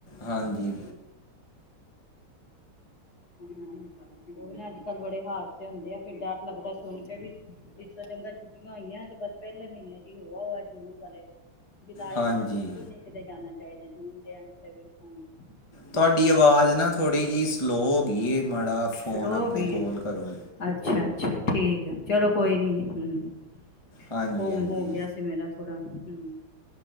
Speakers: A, on the left; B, on the left.
A: ਹਾਂਜੀ
B: ਉਹ ਨਾ ਅੱਜ ਕੱਲ੍ਹ ਬੜੇ ਹਾਦਸੇ ਹੁੰਦੇ ਆ ਫਿਰ ਡਰ ਲੱਗਦਾ ਸੁਣ ਕੇ ਵੀ ਇਸ ਤੋਂ ਚੰਗਾ ਛੁੱਟੀਆਂ ਹੋਈਆਂ ਤੇ ਬਸ ਪਹਿਲੇ ਮਹੀਨੇ ਚ ਹੀ ਹੋ ਹੋ ਜੂਨ ਵਾਲੇ ਜੁਲਾਈ
A: ਹਾਂਜੀ
B: ਚ ਤਾਂ ਬਿਲਕੁਲ ਨਹੀਂ ਕਿਤੇ ਜਾਣਾ ਚਾਹੀਦਾ ਜੂਨ ਦੇ ਐਂਡ ਵੀ ਹੋਗੇ
A: ਤੁਹਾਡੀ ਆਵਾਜ਼ ਨਾ ਥੋੜ੍ਹੀ ਜਿਹੀ ਸਲੋਅ ਹੋ ਗਈ ਮਾੜਾ ਫ਼ੋਨ
B: ਸਲੋ
A: ਆਪਣੇ
B: ਹੋ ਗਈ
A: ਕੋਲ
B: ਹੈ
A: ਕਰੋ
B: ਅੱਛਾ ਅੱਛਾ ਠੀਕ ਹੈ ਚਲੋ ਕੋਈ ਨਹੀਂ ਜੀ
A: ਹਾਂਜੀ
B: ਉਹ
A: ਹਾਂਜੀ
B: ਹੋ ਗਿਆ ਸੀ ਮੇਰਾ ਕੜਾ ਹਮ